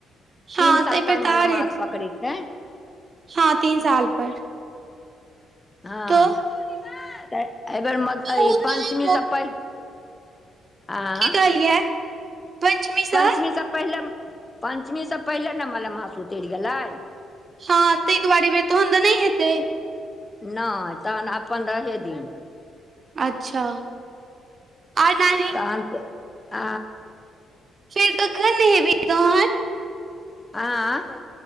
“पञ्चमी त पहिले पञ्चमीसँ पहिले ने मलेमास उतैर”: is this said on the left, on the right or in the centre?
Left